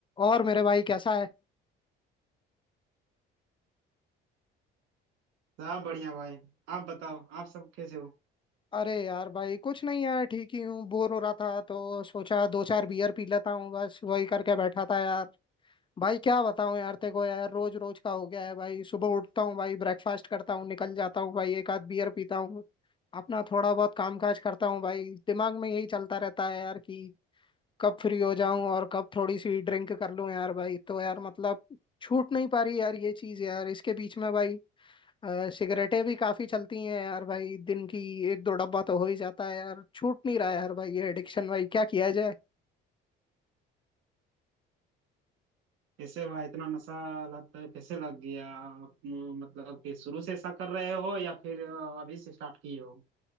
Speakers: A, on the left; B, on the right.
A: और मेरे भाई कैसा है
B: सब बढ़िया भाई आप बताओ आप सब कैसे हो
A: अरे यार भाई कुछ नहीं यार ठीक ही हूँ बोर हो रहा था तो सोचा दो चार बियर पी लेता हूँ बस वही करके बैठा था यार भाई क्या बताऊँ यार तेरे को यार रोज रोज का हो गया है भाई सुबह उठता हूँ भाई ब्रेकफास्ट करता हूँ निकल जाता हूँ भाई एक आध बियर पीता हूँ अपना थोड़ा बहुत काम काज करता हूँ भाई दिमाग में यही चलता रहता है यार कि कब फ्री हो जाऊं और कब थोड़ी सी ड्रिंक कर लूं यार भाई तो यार मतलब छूट नहीं पा रही यार ये चीज यार इसके बीच में भाई अ, सिगरेटें भी काफी चलती हैं यार भाई दिन की एक दो डब्बा तो हो ही जाता है यार छूट नहीं रहा है यार भाई ये एडिक्शन भाई क्या किया जाए
B: कैसे भाई इतना नशा लत कैसे लग गया आप, म, मतलब कि शुरू से ऐसा कर रहे हो या फिर अ, अभी से स्टार्ट किए हो